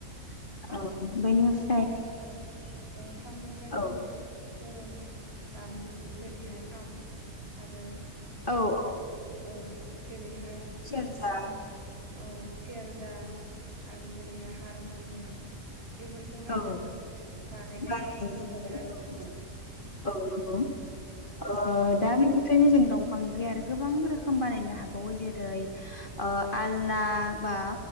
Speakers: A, on the left; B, on the right.
A: औ <unintelligible>
B: आरो जोङो दंफांनिफ्राय
A: औ
B: जेरै बर'नि दामजु जेरैहाय खाम आरो
A: औ औ।
B: औ जेरैहाय
A: सेरजा
B: खाम औ सेरजा आरो जेरैहाय हारमुनियाम बेफोर खौहाय
A: औ
B: जोङो बानायनायखौ
A: बानायनाय
B: नुनो
A: जायो
B: मोनो आरो
A: औ
B: नोंथां।
A: औ नंगौ। ओ दा बेनिफ्रायनो जों दंफांनिफ्राय आरो गोबां रोखोम बानायनो हाबावो जेरै ओ आलना बा